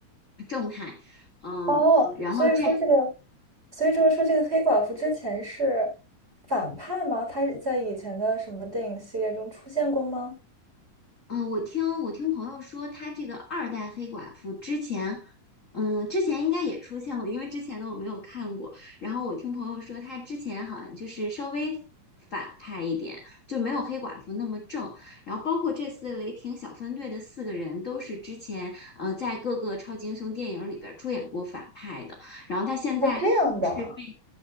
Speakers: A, on the left (about 30°); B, on the right (about 20°).
A: 正派，嗯，
B: 哦，
A: 然后这
B: 所以说这个，所以说说这个黑寡妇之前是反派吗？她在以前的什么电影系列中出现过吗？
A: 嗯，我听我听朋友说，他这个二代黑寡妇之前，嗯，之前应该也出现过，因为之前的我没有看过。然后我听朋友说，他之前好像就是稍微反派一点，就没有黑寡妇那么正。然后包括这次雷霆小分队的四个人，都是之前呃在各个超级英雄电影里边儿出演过反派的。然后他现在。
B: 哦，这样的。
A: 是被。